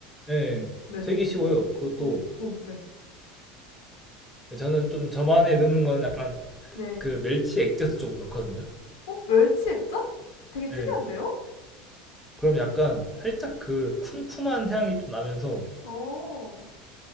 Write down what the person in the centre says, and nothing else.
예. 예.
되게 쉬워요. 그것도
예, 저는 좀 저만의 넣는 건 약간
그 멸치 액젓을 조금 넣거든요.
예. 그럼 약간 살짝 그 쿰쿰한 향이 좀 나면서